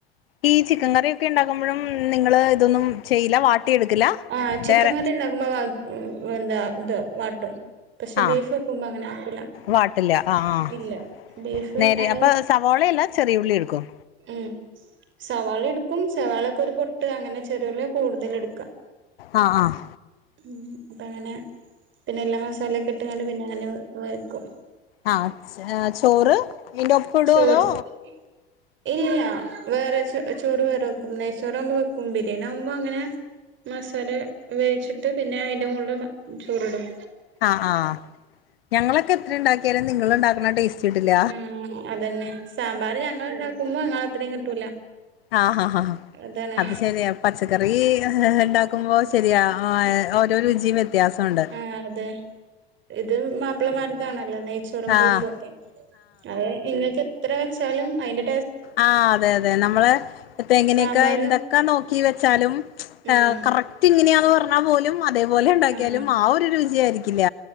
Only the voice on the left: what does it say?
ഈ ചിക്കൻ കറിയൊക്കെ ണ്ടാക്കുമ്പഴും നിങ്ങളെ ഇതൊന്നും ചെയ്യില്ല വാട്ടിയെടുക്കില്ല
വേറെ
ആഹ്
വാട്ടില്ല ആഹ് ആഹ്
നേരെ
അപ്പൊ സവോളയല്ല ചെറിയുള്ളിട്ക്കും
ആ ആ
ആ ചോറ് ഇയ്ന്റൊപ്പടൊ
അതോ
അ ആ ഞങ്ങളൊക്കെ എത്രണ്ടാക്ക്യാലും നിങ്ങള്ണ്ടാക്ക്‌ണ ടേസ്റ്റ് കിട്ടില്ല
ആ ഹ ഹ
അത് ശെരിയാ പച്ചക്കറി ണ്ടാ ക്കുമ്പോ ശെരിയാ ഓരോ രുചിം വ്യത്യാസൊണ്ട്
ആഹ്
ആ അതെ അതെ നമ്മള് പ്പെങ്ങനൊക്കെ
എന്തൊക്കെ നോക്കി വെച്ചാലും
കറക് റ്റ്ങ് ന്യ പറഞ്ഞാ പോലും അതേപോലെ ണ്ടാക്ക്യാലും
ആ ഒരു രുചിയായിരിക്കില്ല